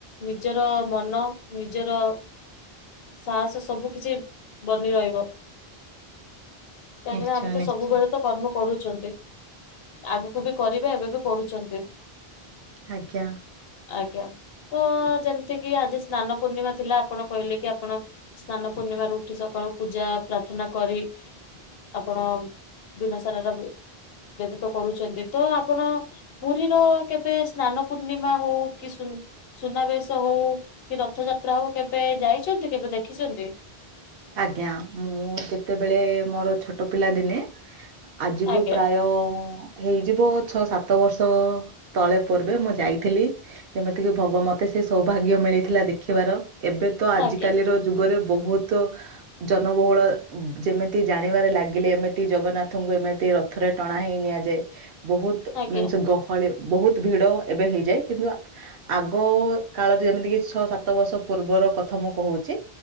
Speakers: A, on the left; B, on the right.
A: ନିଜର ମନ, ନିଜର ସାହସ ସବୁ କିଛି ବନି ରହିବ। କାହିଁକିନା
B: ନିଶ୍ଚୟ
A: ଆମେ ତ
B: ନିଶ୍ଚୟ
A: ସବୁବେଳେ ତ କର୍ମ କରୁଛନ୍ତି ଆଗକୁ ବି କରିବା ଏବେ ବି କରୁଛନ୍ତି।
B: ଆଜ୍ଞା।
A: ଆଜ୍ଞା ତ ଯେମିତି କିି ଆଜି ସ୍ନାନ ପୂର୍ଣ୍ଣିମା ଥିଲା ଆପଣ କହିଲେ କି ଆପଣ ସ୍ନାନ ପୂର୍ଣ୍ଣିମା ରୁ ଉଠି ସକାଳୁ ପୂଜା, ପ୍ରାର୍ଥନା କରି ଆପଣ ଦିନ ସାରାର ବ୍ୟତୀତ କରୁଛନ୍ତି। ତ ଆପଣ ପୁରୀର କେବେ ସ୍ନାନ ପୂର୍ଣ୍ଣିମା ହଉ କି ସୁନ୍ ସୁନାବେଶ ହଉ କି ରଥଯାତ୍ରା ହଉ କେବେ ଯାଇଛନ୍ତି କେବେ ଦେଖିଛନ୍ତି?
B: ଆଜ୍ଞା ମୁଁ ଯେତେବେଳେ ମୋର ଛୋଟ ପିଲା ଦିନେ ଆଜିକୁ
A: ଆଜ୍ଞା
B: ପ୍ରାୟ ହେଇଯିବ ଛଅ ସାତ ବର୍ଷ ତଳେ ପୂର୍ବେ ମୁଁ ଯାଇଥିଲି। ଯେମିତି କିି ଭଗବାନ ମତେ ସେ ସୌଭାଗ୍ୟ ମିଳିଥିଲା ଦେଖିବାର ଏବେ ତ ଆଜିକାଲିର
A: ଆଜ୍ଞା
B: ଯୁଗରେ ବହୁତ ଜନବହୁଳ ଯେମିତି ଜାଣିବାରେ ଲାଗିଲେ ଏମିତି ଜଗନ୍ନାଥଙ୍କୁ ଏମିତି ରଥରେ ଟଣା ହେଇ ନିଆଯାଏ। ବହୁତ
A: ଆଜ୍ଞା
B: ମାନେ ସେ ଗହଳି ବହୁତ ଭିଡ ଏବେ ହେଇଯାଏ କିନ୍ତୁ ଆ ଆଗ କାଳରେ ଯେମିତି କିି ଛଅ ସାତ ବର୍ଷ ପୂର୍ବର କଥା ମୁଁ କହୁଛି।